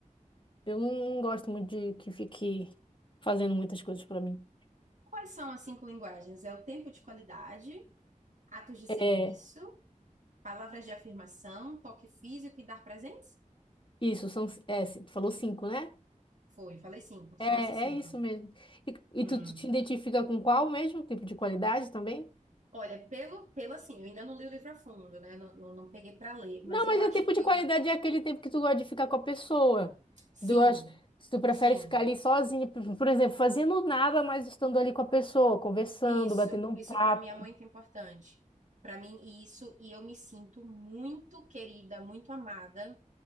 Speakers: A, on the left; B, on the right.
A: eu não gosto muito de que fique fazendo muitas coisas pra mim.
B: Quais são as cinco linguagens? É o tempo de qualidade, atos de
A: É,
B: serviço, palavras de afirmação, toque físico e dar presentes?
A: isso, são, é, você falou cinco, né?
B: Foi, falei cinco. São
A: É,
B: essas cinco.
A: é isso mesmo. E, e
B: Hum.
A: tu te identifica com qual mesmo? Tempo de qualidade também?
B: Olha, pelo, pelo assim, eu ainda não li o livro a fundo, né? Não, não, não peguei para ler,
A: Não,
B: mas eu
A: mas
B: acho
A: o tempo
B: que
A: de
B: eu.
A: qualidade é aquele tempo que tu gosta de ficar com a pessoa.
B: Sim,
A: Tu gosta, se tu prefere
B: sim.
A: ficar ali sozinho, por por exemplo, fazendo nada, mas estando ali com a pessoa, conversando,
B: Isso,
A: batendo um
B: isso
A: papo.
B: para mim é muito importante. Para mim, isso, e eu me sinto muito querida, muito amada